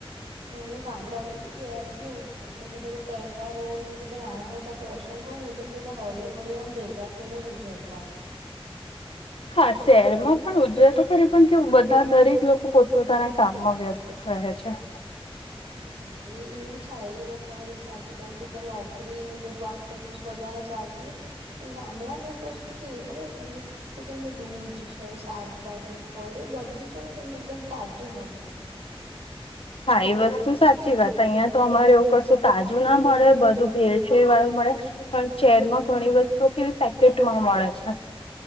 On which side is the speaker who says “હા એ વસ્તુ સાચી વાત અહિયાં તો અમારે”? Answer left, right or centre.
Left